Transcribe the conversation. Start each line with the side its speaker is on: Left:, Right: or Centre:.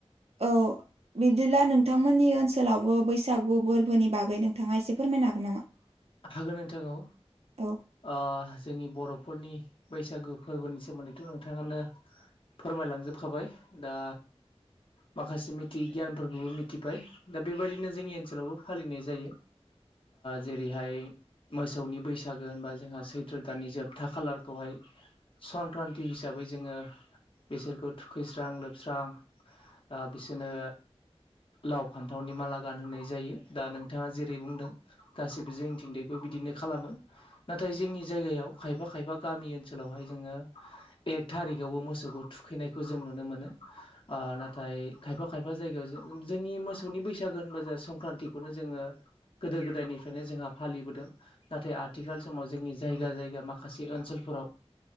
Right: औ बिब्दिब्ला नोंथांमोननि ओनसोलावबो बैसागु फोरबोनि बागै नोंथाङा एसे फोरमायनो हागोन नामा? <inaudible>
Left: हागोन नोंथां औ
Right: औ
Left: ओ जोंनि बर'फोरनि बैसागु फोरबोनि सोमोन्दैथ' नोंथाङानो फोरमायलांजोबखाबाय दा माखासे मिथियै गियानफोरखौबो मिथिबाय दा बेबायदिनो जोंनि ओनसोलावबो फालिनाय जायो जे रैहाय मोसौनि बैसागो होनबा जोंहा सैथ्र' दानानि जोबथा खालारखौहाय संक्रान्ति हिसाबै जोङो बिसोरखौ थुखैस्रां लोबस्रां आ‌ बिसोरनो लाव फान्थावनि माला गानहोनाय जायो दा नोंथाङा जेरै बुंदों। गासैबो जोंथिंदैबो बिदिनो खालामो नाथाय जोंनि जायगायाव खायफा खायफा गामि ओनसोलावहाय जोङो एक थारिकावबो मोसौखौ थुखैनायखौ जों नुनो मोनो। नाथाय खायफा खायफा जायगायाव जोंनि मोसौनि बैसागो होनब जों संक्रान्तिखौनो जोङो गोदो गोदायनि फ्रायनो जोंहा फालिबोदों नाथाय आथिखाल समाव जोंनि जायगा जायगा माखासे ओनसोलफोराव